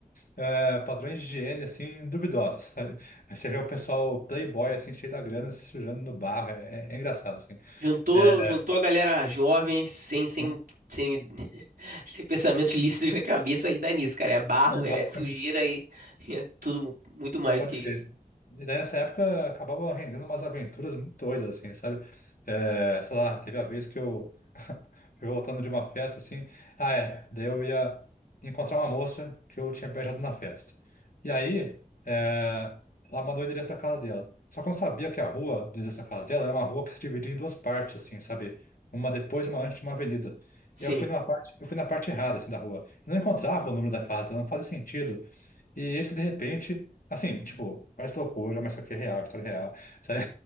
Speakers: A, on the left; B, on the right.
A: é, padrões de higiene, assim, duvidosos, sabe? Aí você vê o pessoal playboy, assim, cheio da grana, se sujando no barro, é, é é engraçado, assim.
B: Juntou,
A: É,
B: juntou a galera jovem, sem, sem,
A: <laughs>
B: sem, <laughs> sem pensamentos lícitos na cabeça e dá nisso, cara. É barro, é
A: basicamente.
B: sujeira e <laughs> é tudo muito mais
A: Pode
B: do que isso.
A: crer. E daí nessa época acabava rendendo umas aventuras muito doidas, assim, sabe? É, sei lá, teve a vez que eu <laughs> fui voltando de uma festa, assim, ah é, daí eu ia encontrar uma moça que eu tinha beijado na festa. E aí, é, ela mandou o endereço da casa dela. Só que eu não sabia que a rua do endereço da casa dela era uma rua que se dividia em duas partes, assim, sabe? Uma depois e uma antes de uma avenida.
B: Sim.
A: E eu fui na parte, eu fui na parte errada, assim, da rua. Eu não encontrava o número da casa, não fazia sentido. E eis que de repente, assim, tipo, parece loucura, mas isso aqui é real, história real, sabe?